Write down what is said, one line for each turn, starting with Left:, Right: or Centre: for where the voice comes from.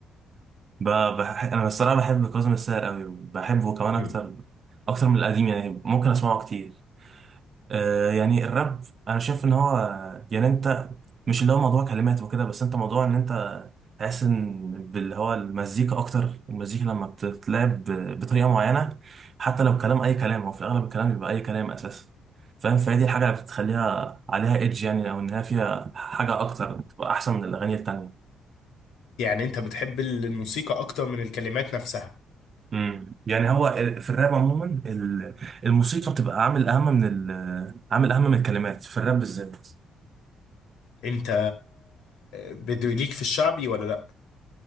Right: <laughs> ب- بح... انا الصراحه بحب كاظم الساهر قوي وبحبه كمان
Left: مم.
Right: اكتر اكتر من القديم يعني ممكن اسمعه كتير آه، يعني الراب انا شايف ان هو يعني انت مش اللي هو موضوع كلمات وكده بس انت موضوع ان انت تحس ان باللي هو المزيكا اكتر المزيكا لما بتتلعب ب- بطريقه معينه حتى لو كلام اي كلام هو في الاغلب الكلام بيبقى اي كلام اساسا فاهم فهي دي الحاجه اللي بتخليها عليها ايدج يعني او انها فيها حاجه اكتر بتبقى احسن من الاغاني التانيه
Left: يعني أنت بتحب الموسيقى أكتر من الكلمات نفسها
Right: امم يعني هو في الراب عموما ال- الموسيقى بتبقى عامل اهم من ال- عامل اهم من الكلمات في الراب بالذات
Left: انت بده ليك في الشعبي ولا لا